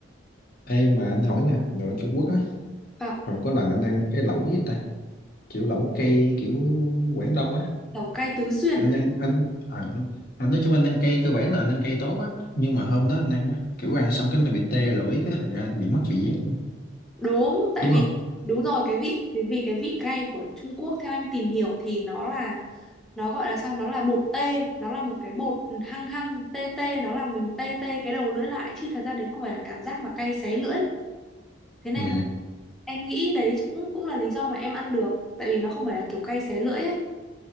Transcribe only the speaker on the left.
Ê mà anh hỏi nè, đồ ăn Trung Quốc á,
hồi có lần anh ăn cái lẩu gì ta? Kiểu lẩu cây kiểu Quảng Đông á.
Anh
ăn anh à, đúng. anh nói chung anh ăn cây cơ bản là anh ăn cây tốt á, nhưng mà hôm đó anh ăn á, kiểu ăn xong cái nó bị tê lưỡi cái thành ra anh bị mất vị giác luôn.
Đúng
không?
Ừ.